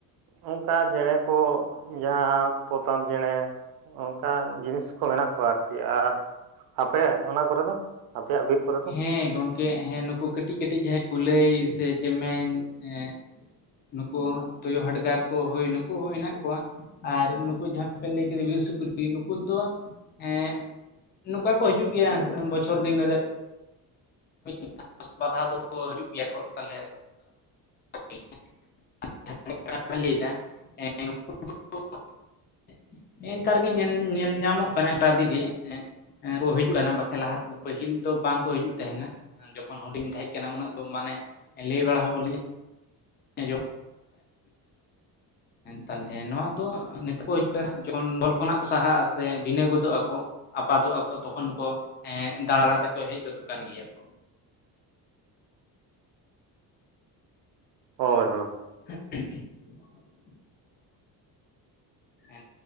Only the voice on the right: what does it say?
ᱚᱱᱠᱟ ᱪᱮᱬᱮ ᱠᱚ ᱡᱟᱦᱟᱸ ᱯᱚᱛᱟᱢ ᱪᱮᱬᱮ, ᱚᱱᱠᱟᱱ ᱡᱤᱱᱤᱥ ᱠᱚ ᱢᱮᱱᱟᱜ ᱠᱚᱣᱟ ᱟᱨᱠᱤ ᱟᱨ ᱟᱯᱮᱭᱟᱜ ᱚᱱᱟ ᱠᱚᱨᱮ ᱫᱚ ᱟᱯᱮᱭᱟᱜ ᱵᱤᱨ ᱠᱚᱨᱮ ᱫᱚ
ᱦᱳᱭ ᱦᱳᱭ᱾